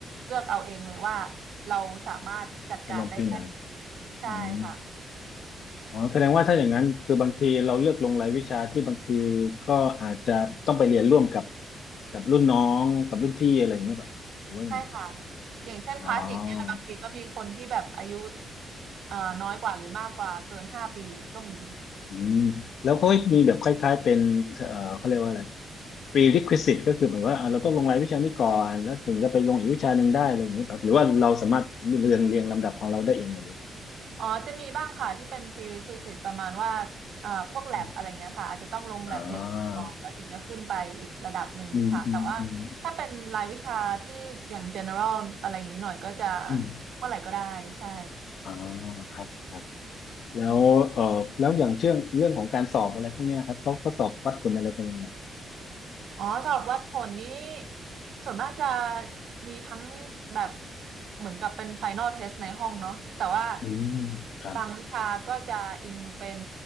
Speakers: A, on the right; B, on the left.
A: เลือกเอาเองเลยว่าเราสามารถจัดการได้แค่ไหน
B: จะลงปีไหน
A: ใช่ค่ะ
B: อืมอ๋อแสดงว่าถ้าอย่างนั้นคือบางทีเราเลือกลงรายวิชาที่บางทีก็อาจจะต้องไปเรียนร่วมกับกับรุ่นน้องกับรุ่นพี่อะไรอย่างเงี้ยป่ะหรือว่ายังไง
A: ใช่ค่ะอย่างเช่นคลาสสิกเนี่ยบางทีก็มีคนที่แบบอายุ
B: อ๋อ
A: เอ่อน้อยกว่าหรือมากกว่าเกินห้าปีก็มี
B: อืมแล้วเขามีแบบคล้ายๆเป็นเอ่อเขาเรียกว่าอะไร prerequisite ก็คือเหมือนว่าอ่ะเราต้องลงรายวิชานี้ก่อนแล้วถึงจะไปลงอีกวิชาหนึ่งได้อะไรอย่างนี้ครับหรือว่าเราสามารถเรียงเรียงลำดับของเราได้เองเลย
A: อ๋อจะมีบ้างค่ะที่เป็น prerequisite ประมาณว่าเอ่อพวกแ
B: อืม
A: a บอะไรเงี้ยค่ะอาจจะต้องลงแ
B: อ่า
A: a บหนึ่งก่อนแล้วถึงจะขึ้นไปอีกระดับหนึ่งค่ะแต่ว่าถ้าเป็นรายวิชาที่อย่าง
B: อืมอืมอืม
A: general อะไรอย่างนี้หน่อยก็จะ
B: อืม
A: เมื่อไหร่ก็ได้ใช่
B: อ่าครับครับแล้วเอ่อแล้วอย่างเชื่องเรื่องของการสอบอะไรพวกเนี้ยครับเขาเขาสอบวัดผลอะไรกันยังไง
A: อื อ๋อสอบวัดผลนี้ส่วนมากจะมีทั้งแบบเหมือนกับเป็นไฟน l ลเทสในห้องเนาะแต่ว่า
B: อืมครับ
A: บางวิชาก็จะอิงเป็น